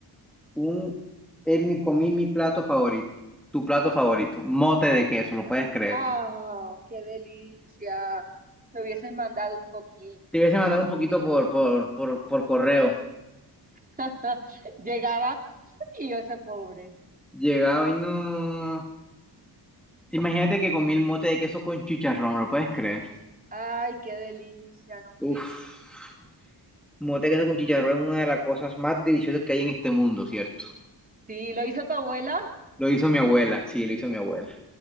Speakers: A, in the centre; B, on the right.
A: Un, es mi, comí mi plato favorito. Tu plato favorito. Mote de queso, lo puedes creer.
B: ¡Ah, qué delicia! Me hubieses mandado un poquito.
A: Te hubiese mandado un poquito por, por, por, por correo.
B: <laughs> Llegaba frío ese pobre.
A: Llegaba y no. Imagínate que comí el mote de queso con chicharrón, ¿lo puedes creer?
B: ¡Ay, qué delicia! No puede
A: Uf,
B: ser.
A: mote de queso con chicharrón es una de las cosas más deliciosas que hay en este mundo, ¿cierto?
B: Sí, ¿lo hizo tu abuela?
A: Lo hizo mi abuela, sí, lo hizo mi abuela.